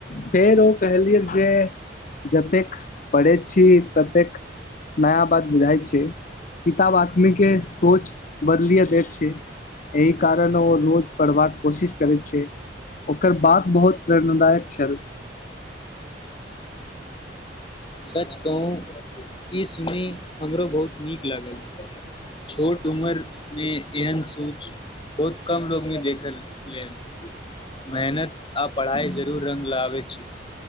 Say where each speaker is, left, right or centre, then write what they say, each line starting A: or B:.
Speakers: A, on the left; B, on the left.
A: फेर ओ कहलिअन्हि। जे जतेक पढ़ैत छी ततेक नया बात बुझाइत छै किताब आदमीकेँ सोच बदलि दैत छै एहि कारण ओ रोज पढ़बाक कोशिश करैत छै ओकर बात। बहुत प्रेरणादायक छल।
B: सच कहू ई सुनि हमरो बहुत नीक लागल छोट उमरमे एहन सोंच बहुत कम लोकमे देखल लेल मेहनत आ पढ़ाई जरूर रंग लाबैत छै